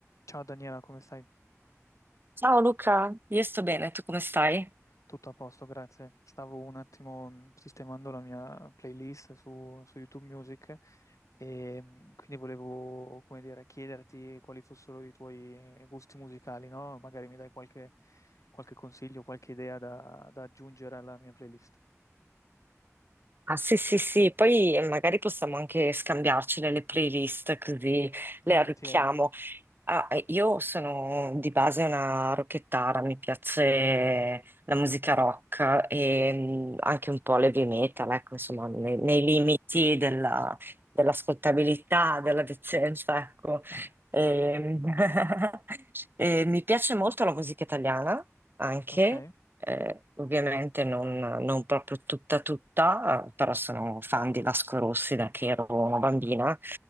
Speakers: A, on the left; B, on the right.
A: Ciao Daniela, come stai?
B: Ciao Luca, io sto bene, tu come stai?
A: Tutto a posto, grazie. Stavo un attimo mh, sistemando la mia playlist su, su YouTube Music e mh, quindi volevo, come dire, chiederti quali fossero i tuoi gusti musicali, no? Magari mi dai qualche, qualche consiglio, qualche idea da, da aggiungere alla mia playlist.
B: Ah sì sì sì, poi magari possiamo anche scambiarcele le playlist così le
A: Volentieri.
B: arricchiamo. Ah, eh, io sono di base una rockettara, mi piace la musica rock e mm, anche un po' l'heavy metal, ecco, insomma, nei,
A: Mhm.
B: nei limiti della- dell'ascoltabilità, della decenza, ecco.
A: <laughs>
B: E, mm, <laughs> e mi piace molto la musica italiana, anche,
A: Ok,
B: eh, ovviamente non, non proprio tutta tutta, eh, però sono fan di Vasco Rossi da che ero una bambina,